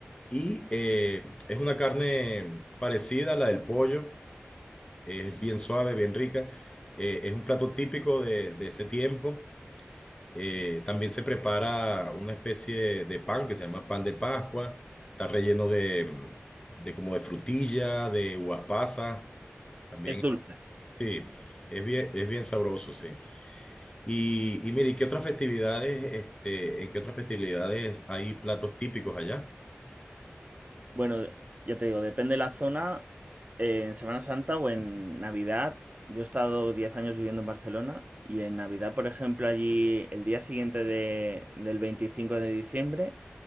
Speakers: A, on the left; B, on the right.
A: y eh, es una carne parecida a la del pollo, es bien suave, bien rica, eh, es un plato típico de, de ese tiempo eh, también se prepara una especie de pan que se llama pan de Pascua. Está relleno de, mm, de como de frutilla, de uvas pasas. También,
B: Es dulce.
A: sí, es bien, es bien sabroso, sí. Y, y mire, ¿y ¿qué otras festividades, este, en qué otras festividades hay platos típicos allá?
B: Bueno, ya te digo, depende de la zona. eh, en Semana Santa o en Navidad, yo he estado 10 años viviendo en Barcelona y en Navidad, por ejemplo, allí el día siguiente de- del 25 de diciembre